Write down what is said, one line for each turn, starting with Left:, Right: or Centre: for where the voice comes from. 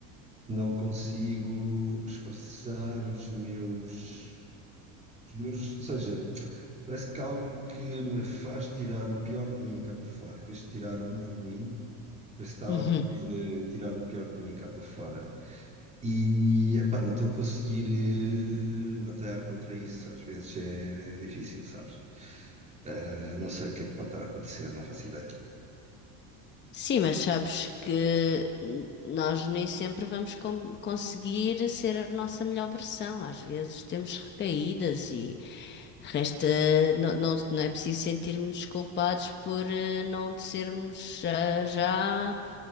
Right: não consigo expressar os meus, os meus, ou seja, parece que há algo que me faz tirar o pior de mim cá para fora. Em vez de tirar o melhor de mim, parece que está
Left: Uhum.
Right: algo a querer tirar o pior de mim cá para fora. E, epá, não estou a conseguir eh, batalhar contra isso. Às vezes é, é difícil, sabes? Eh, não sei o que é que pode estar a acontecer, não faço ideia.
Left: Sim, mas sabes que n- nós nem sempre vamos com- conseguir ser a nossa melhor versão. Às vezes temos recaídas e resta não, não, não é preciso sentirmos culpados por eh, não sermos ah, já.